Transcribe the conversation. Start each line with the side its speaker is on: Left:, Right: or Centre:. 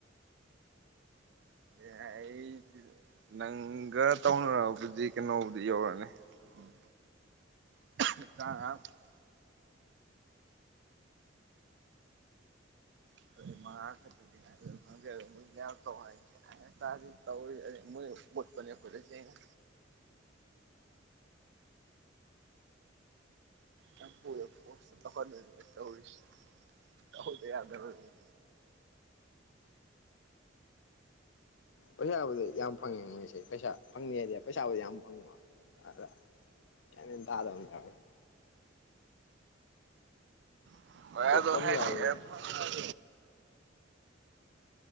Right: ꯌꯥꯏꯌꯦ ꯑꯩꯗꯤ ꯅꯪꯒꯔ ꯇꯧꯅꯔꯛꯑꯕꯨꯗꯤ ꯀꯩꯅꯣꯕꯨꯗꯤ ꯌꯧꯔꯛꯑꯅꯤ ꯎꯝ ꯎꯝ <unintelligible> <inaudible> ꯃꯉꯥ ꯈꯛꯇꯗꯤ ꯅꯦ ꯉꯥꯏꯕꯝ ꯈꯪꯗꯦ ꯑꯗꯣ ꯃꯣꯏ ꯌꯥꯝ ꯇꯧ ꯍꯥꯏꯌꯦ ꯒ꯭ꯌꯥꯟꯒ ꯇꯥꯗꯦ ꯇꯧꯔꯤꯖꯦ ꯑꯩ ꯃꯩ ꯄꯨꯠꯄꯅꯦ ꯈꯣꯏꯗꯩꯩꯊꯦꯡꯉꯦ ꯌꯥꯝ ꯊꯨꯔꯦ ꯄꯣꯁꯇ ꯇꯧꯍꯟꯗꯣꯏꯅꯦ ꯇꯧꯔꯤꯁꯦ ꯇꯧꯍꯧꯗ ꯌꯥꯗꯕꯅꯤꯅ
Left: ꯄꯩꯁꯥꯕꯨꯗꯤ ꯌꯥꯝ ꯐꯪꯉꯦ ꯃꯣꯏꯁꯦ ꯄꯩꯁꯥ ꯐꯪꯅꯤ ꯍꯥꯏꯗꯤ ꯄꯩꯁꯥꯕꯨꯗꯤ ꯌꯥꯝ ꯐꯪꯕ ꯑꯗ ꯒ꯭ꯌꯥꯟ ꯃꯦꯟ ꯇꯥꯗꯕ ꯑꯃꯥꯥ ꯌꯥꯎꯋꯦ
Right: <unintelligible> <inaudible> ꯑꯈꯣꯏꯗ
Left: ꯑꯣꯠꯄ
Right: <unintelligible>
Left: ꯑꯃ ꯌꯥꯎꯔꯤ
Right: <inaudible>